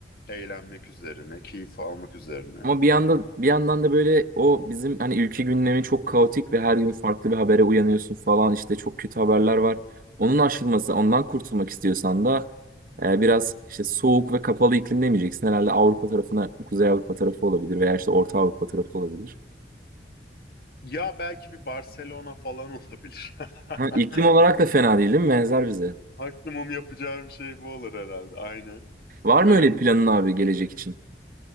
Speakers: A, on the left; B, on the right.
A: Eğlenmek üzerine, keyif almak üzerine.
B: Ama bir yanda bir yandan da böyle o bizim hani ülke gündemi çok kaotik ve her gün farklı bir habere uyanıyorsun falan işte çok kötü haberler var. Onun aşılması, ondan kurtulmak istiyorsan da e, biraz işte soğuk ve kapalı iklim demeyeceksin. Herhalde Avrupa tarafına, Kuzey Avrupa tarafı olabilir veya işte Orta Avrupa tarafı olabilir.
A: Ya belki bir Barcelona falan olabilir.
B: Ha, iklim
A: <laughs>
B: olarak da fena değil, değil mi? Benzer bize.
A: Maksimum yapacağım şey bu olur herhalde. Aynen.
B: Var
A: Böyle.
B: mı öyle planın abi gelecek için?